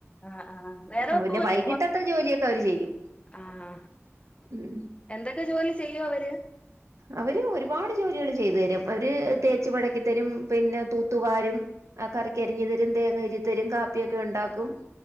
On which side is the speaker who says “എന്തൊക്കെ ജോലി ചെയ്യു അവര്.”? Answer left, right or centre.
Left